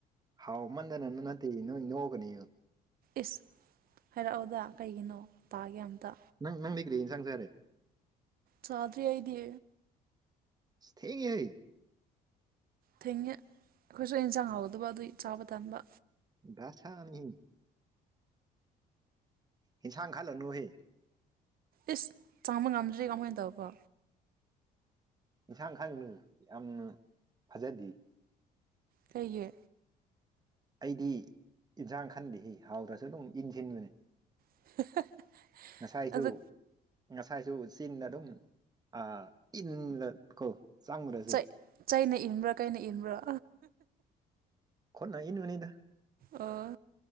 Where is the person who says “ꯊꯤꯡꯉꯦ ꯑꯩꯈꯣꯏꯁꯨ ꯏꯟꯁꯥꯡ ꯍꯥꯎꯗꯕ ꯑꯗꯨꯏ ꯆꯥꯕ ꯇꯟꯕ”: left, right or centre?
Right